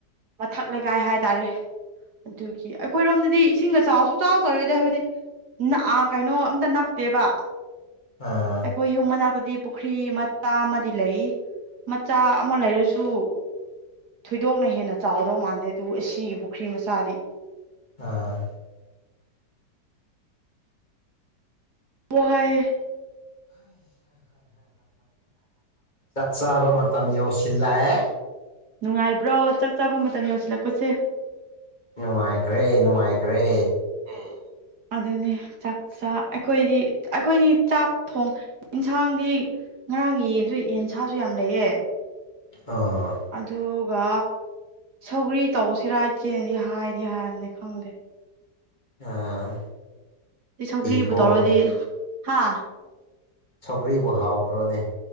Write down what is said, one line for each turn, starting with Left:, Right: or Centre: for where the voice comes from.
Right: ꯃꯊꯛ ꯂꯩꯀꯥꯏ ꯍꯥꯏ ꯇꯔꯦ ꯑꯗꯨꯒꯤ ꯑꯩꯈꯣꯏꯔꯣꯝꯗꯗꯤ ꯏꯁꯤꯡꯒ ꯆꯥꯎꯁꯨ ꯁꯨꯡꯆꯥꯎ ꯆꯥꯎꯔꯣꯏꯗ ꯍꯥꯏꯕꯗꯤ ꯅꯛ ꯑꯥ ꯀꯩꯅꯣ ꯑꯝꯇ ꯅꯛꯇꯦꯕ
Left: ꯑꯥ
Right: ꯑꯩꯈꯣꯏ ꯌꯨꯝ ꯃꯅꯥꯛꯇꯗꯤ ꯄꯨꯈ꯭ꯔꯤ ꯃꯆꯥ ꯑꯃꯗꯤ ꯂꯩ ꯃꯆꯥ ꯑꯃ ꯂꯩꯔꯁꯨ ꯊꯣꯏꯗꯣꯛꯅ ꯍꯦꯟꯅ ꯆꯥꯎꯗꯧ ꯃꯥꯟꯗꯦ ꯑꯗꯨ ꯑꯁꯤꯒꯤ ꯄꯨꯈ꯭ꯔꯤ ꯃꯆꯥꯗꯤ
Left: ꯑꯥ
Right: ꯋꯥꯏꯌꯦ
Left: ꯆꯥꯛ ꯆꯥꯕ ꯃꯇꯝ ꯌꯧꯁꯤꯜꯂꯛꯑꯦ
Right: ꯅꯨꯡꯉꯥꯏꯕ꯭ꯔꯣ ꯆꯥꯛ ꯆꯥꯕ ꯃꯇꯝ ꯌꯧꯁꯤꯜꯂꯛꯄꯁꯦ
Left: ꯅꯨꯡꯉꯥꯏꯈ꯭ꯔꯦ ꯅꯨꯡꯉꯥꯏꯈ꯭ꯔꯦ
Right: ꯎꯝ ꯑꯗꯨꯅꯤ ꯆꯥꯛꯆꯥ ꯑꯩꯈꯣꯏꯗꯤ ꯑꯩꯈꯣꯏꯅꯤ ꯆꯥꯛ ꯊꯣꯡ ꯍꯤꯟꯁꯥꯡꯗꯤ ꯉꯔꯥꯡꯒꯤ ꯌꯦꯟꯁꯨ ꯌꯦꯟꯁꯥꯁꯨ ꯌꯥꯝ ꯂꯩꯌꯦ
Left: ꯑꯥ
Right: ꯑꯗꯨꯒ ꯁꯧꯒ꯭ꯔꯤ ꯇꯧꯁꯤꯔꯥ ꯏꯆꯦꯅꯗꯤ ꯍꯥꯏꯗꯤ ꯍꯥꯏꯔꯕꯅ‌ꯦ ꯈꯪꯗꯦ
Left: ꯑꯥ
Right: ꯁꯤ ꯁꯧꯒ꯭ꯔꯤꯕꯨ
Left: ꯐꯤꯀꯣ
Right: ꯇꯧꯔꯗꯤ ꯍꯥ
Left: ꯁꯧꯒ꯭ꯔꯤꯕꯨ ꯍꯥꯎꯕ꯭ꯔꯣꯅꯦ